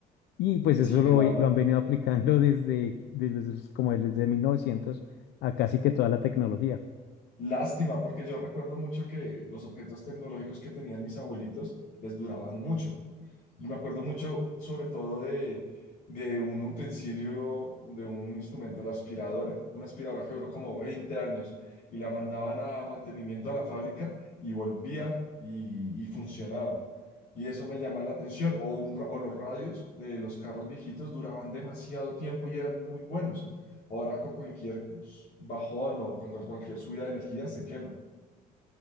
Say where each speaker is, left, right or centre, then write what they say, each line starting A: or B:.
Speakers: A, on the left; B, on the left.
A: Y pues
B: sí,
A: eso lo,
B: claro.
A: lo han venido <laughs> aplicando desde, desde los- como desde 1900 a casi que toda la tecnología.
B: Lástima, porque yo recuerdo mucho que los objetos tecnológicos que tenían mis abuelitos les duraban mucho. Y me acuerdo mucho, sobre todo, de, de un utensilio, de un instrumento, la aspiradora, una aspiradora que duró como 20 años y la mandaban a mantenimiento a la fábrica y volvía y, y funcionaba. Y eso me llama la atención. O, un ra- o los radios de los carros viejitos duraban demasiado tiempo y eran muy buenos. Ahora con cualquier pues, bajón o con cual- cualquier subida de energía se quema.